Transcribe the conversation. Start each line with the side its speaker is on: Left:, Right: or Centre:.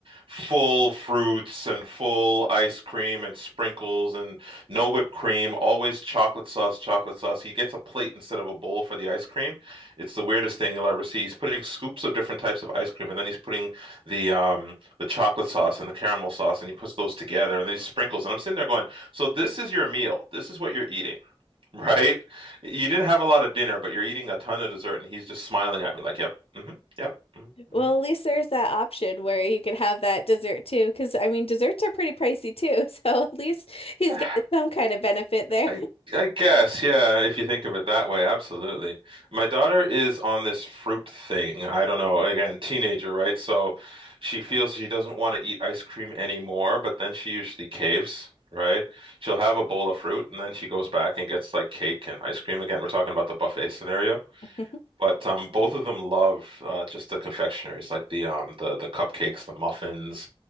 Right: full fruits and full ice cream and sprinkles and no whipped cream, always chocolate sauce, chocolate sauce. He gets a plate instead of a bowl for the ice cream. It's the weirdest thing you'll ever see. He's putting scoops of different types of ice cream and then he's putting the um the chocolate sauce and the caramel sauce, and he puts those together and then he sprinkles. And I'm sitting there going, so this is your meal. This is what you're eating, <laughs> right? You didn't have a lot of dinner, but you're eating a ton of dessert, and he's just smiling at me like, yep, hmm yep, mm-hmm.
Left: Well, at least there's that option where you could have that dessert too, because I mean, desserts are pretty pricey too. <laughs> So at least he's
Right: mm-hmm."
Left: got
Right: <laughs>
Left: some kind of benefit there.
Right: I I guess, yeah, if you think of it that way, absolutely. My daughter is on this fruit thing. I don't know, again, teenager, right? So she feels she doesn't want to eat ice cream anymore, but then she usually caves, right? She'll have a bowl of fruit and then she goes back and gets like cake and ice cream. Again, we're talking about the buffet scenario.
Left: <laughs>
Right: But um, both of them love uh, just the confectioneries, like the um, the the cupcakes, the muffins,